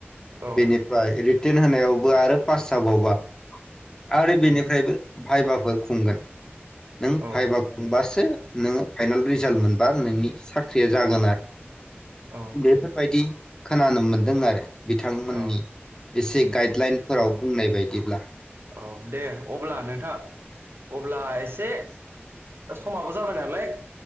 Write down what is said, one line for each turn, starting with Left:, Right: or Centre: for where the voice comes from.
Right: औ
Left: बेनिफ्राय टेन होनायावबो आरो पाससा बावौबा आरो बेनिफ्रायबो भायबाफोर खुंगोन नों
Right: औ
Left: भाइबा खुंबासो नोंङो फाइनाल रिजाल्ट मोनबा नोंनि साख्रिया जागोन आरो
Right: औ
Left: बेफोरबायदि खोनानो मोनदों आरो बिथांमोननि
Right: औ
Left: एसे गाइडलाइन फोराव बुंनाय बायदिब्ला
Right: औ दे अब्ला नोंथाङा अब्ला एसे समाबो जाबाय नालाय